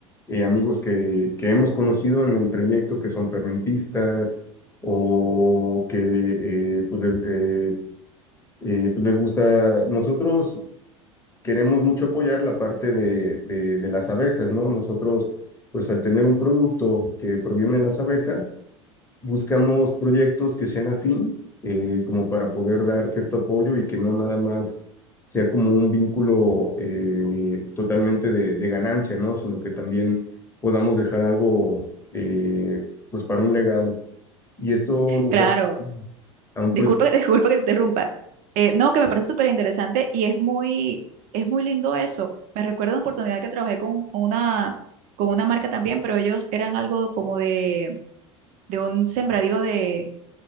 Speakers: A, on the left (about 15°); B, on the right (about 50°).
A: eh, amigos que, que hemos conocido en el trayecto que son fermentistas o que eh, pues, les, eh, eh, pues les gusta. Nosotros queremos mucho apoyar la parte de, de de las abejas, ¿no? Nosotros, pues al tener un producto que proviene de las abejas, buscamos proyectos que sean afín, eh, como para poder dar cierto apoyo y que no nada más sea como un vínculo eh, totalmente de, de ganancia, ¿no? Sino que también podamos dejar algo, eh, pues, para un legado. Y esto nos
B: Claro.
A: ha- a un
B: Disculpa
A: pro-
B: que te, <laughs> disculpa que te interrumpa. Eh, no, que me parece súper interesante y es muy, es muy lindo eso. Me recuerdo una oportunidad que trabajé con una, con una marca también, pero ellos eran algo como de, de un sembradío de,